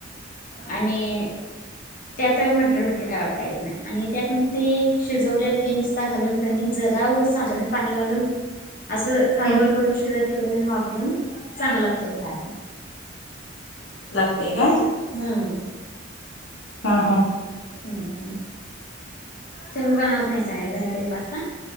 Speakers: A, on the left (about 45°); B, on the left (about 75°).
A: आणि.....
B: हम.
A: त्यात मटर बिटर काय वापर येत नाही आणि त्यात मग ते शिजवलेलं हे नुसता घालून कनी. जरा उग साधारण पाणी घालून असं खालवर
B: हम्म
A: करून शेजत ठेवलं वा. चांगल लागत खायला.
B: <inaudible> लागते काय.
A: हम्म.
B: आ हा.
A: हम् ह ते बनवत नाय सगळे घरी तरी पास्ता.